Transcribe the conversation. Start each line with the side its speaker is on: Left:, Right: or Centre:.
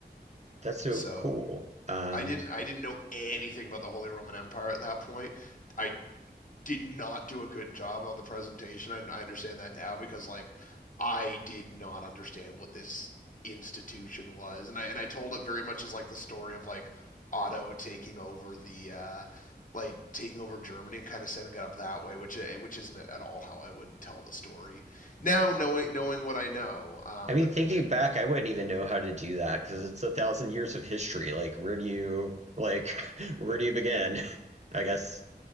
Right: That's so
Left: So
Right: cool. Um,
Left: I didn't I didn't know anything about the Holy Roman Empire at that point. I did not do a good job on the presentation. I, I understand that now because like I did not understand what this institution was, and I and I told it very much as like the story of like Otto taking over the uh, like taking over Germany and kind of setting it up that way, which eh, which isn't at all how I would tell the story now, knowing knowing what I know. Um,
Right: I mean,
Left: but
Right: thinking
Left: my
Right: back, I wouldn't even know how to do that because it's a thousand years of history. Like, where do you like <laughs> where do you begin? <laughs> I guess